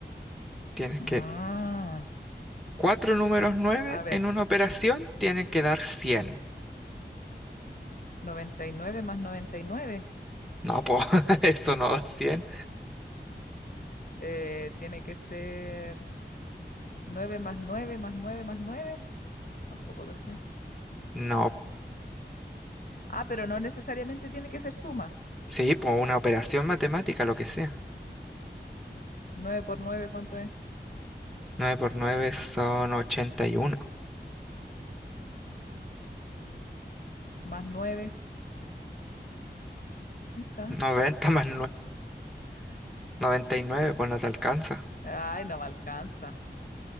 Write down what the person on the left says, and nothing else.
Ah,
a ver,
99 más 99,
eh, tiene que ser 9 más 9 más 9 más 9, tampoco 200.
Ah, pero no necesariamente tiene que ser suma.
9 por nueve ¿cuánto es?
Más 9. ¿cuánta?
Ay, no me alcanza.